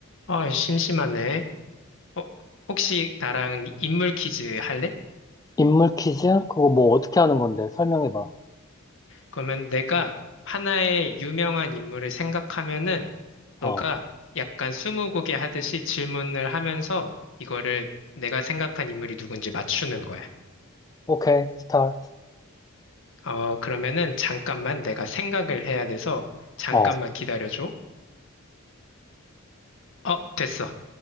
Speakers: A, on the left (about 65°); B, on the left (about 15°).
A: 어, 심심하네. 어, 혹시 나랑 인물 퀴즈 할래?
B: 인물 퀴즈? 그거 뭐 어떻게 하는 건데? 설명해봐.
A: 그러면 내가 하나의 유명한 인물을 생각하면은
B: 어,
A: 너가 약간 스무고개 하듯이 질문을 하면서 이거를 내가 생각한 인물이 누군지 맞추는 거야.
B: 오케이, 스타트.
A: 어, 그러면은 잠깐만 내가 생각을 해야 돼서 잠깐만
B: 어,
A: 기다려줘. 어, 됐어.